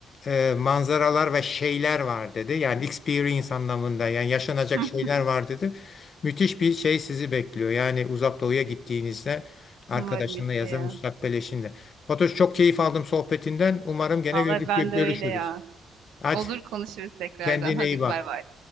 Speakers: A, on the left; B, on the right.
A: e, manzaralar ve şeyler var dedi. Yani experience anlamında yani yaşanacak
B: Hıh.
A: şeyler var dedi. Müthiş bir şey sizi bekliyor. Yani Uzak Doğu'ya gittiğinizde arkadaşınla
B: Umarım işte
A: ya
B: ya.
A: da müstakbel eşinle. Fatoş çok keyif aldım sohbetinden. Umarım gene
B: Vallahi
A: görüş-
B: ben de
A: görüşürüz.
B: öyle ya.
A: Hadi.
B: Olur, konuşuruz tekrardan.
A: Kendine
B: Hadi,
A: iyi bak.
B: bay bay.